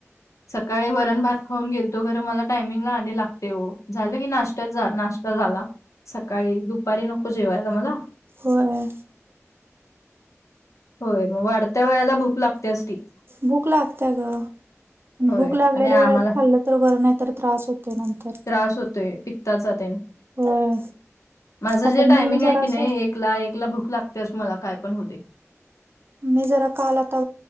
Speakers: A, on the left; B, on the right.
A: सकाळी वरण भात खाऊन गेलतो खर मला टायमिंग ला आ लागते हो झालं की नाशत्यात झाला सकाळी दुपारी नको जेवायला मला
B: होय
A: होय मग वाढत्या वयाला भूक लागते अस त
B: भूक लागत ग
A: होय
B: भूक लागलेल्या
A: आणि आम्हाला
B: वेळात खाल्लं तर वर नाही तर त्रास होतोय नंतर
A: त्रास होतोय पिस्ताचा तेन
B: होय
A: माझं जे
B: आता मी
A: टायमिंग
B: जरासं
A: आहे कनी एकला एक ला भूक लागते मला काय पण हो दे
B: मी जरा काल आता